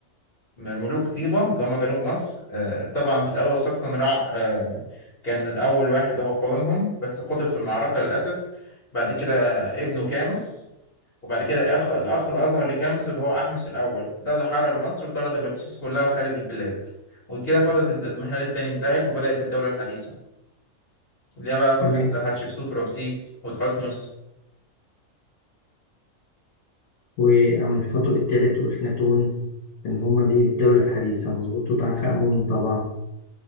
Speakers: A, on the left; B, on the left.
A: من ملوك طيبة اللي هم جنوب مصر آه، طبعا في الأول سقطن رع آه، كان الأول واحد هو قاومهم بس قتل في المعركة للأسف بعد كده ابنه كاموس وبعد كده أخ الأخ الأصغر لكاموس اللي هو أحمس الأول ده اللي حرر مصر وطرد الهكسوس كلها خارج البلاد وكده فترة الد- الانحلال التاني انتهت وبدأت الدولة الحديثة اللي هي بقى فترة
B: تمام
A: حتشبسوت ورمسيس وتحتمس
B: وأمنحتب الثالث وإخناتون إن هم دي الدولة الحديثة مظبوط توت عنخ آمون طبعا